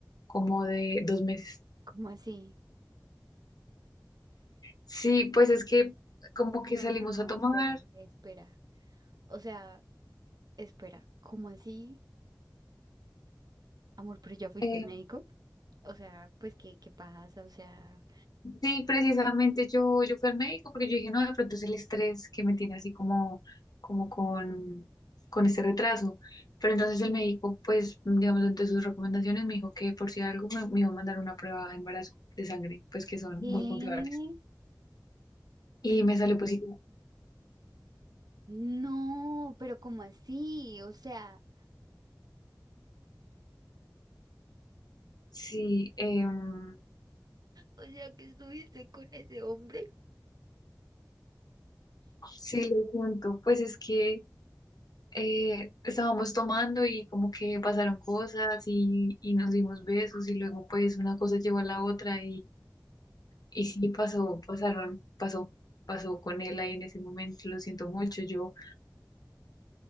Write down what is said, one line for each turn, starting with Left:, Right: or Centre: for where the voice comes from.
Left: como de dos meses.
Right: ¿Cómo así?
Left: Sí, pues es que como que
Right: No,
Left: salimos
Right: no, no,
Left: a tomar.
Right: espera, espera. O sea, espera, ¿cómo así? Amor, pero ya fuiste
Left: Eh,
Right: al médico. O sea, pues, ¿qué, qué pasa? O sea,
Left: sí, precisamente yo, yo fui al médico porque yo dije, no, de pronto es el estrés que me tiene así como, como con, con este retraso. Pero entonces el médico, pues, digamos, entre sus recomendaciones me dijo que por si algo me, me iba a mandar una prueba de embarazo de sangre, pues que son
Right: ¿qué?
Left: muy confiables. Y
Right: ¿Pero
Left: me
Right: cómo
Left: salió positivo.
Right: así? No, pero ¿cómo así? O sea,
Left: Sí, em,
Right: o sea, que estuviste con ese hombre.
Left: sí, lo cuento. Pues es que eh, estábamos tomando y como que pasaron cosas y, y nos dimos besos y luego pues una cosa llevó a la otra Y sí pasó, pasaron, pasó, pasó con él ahí en ese momento, lo siento mucho. Yo,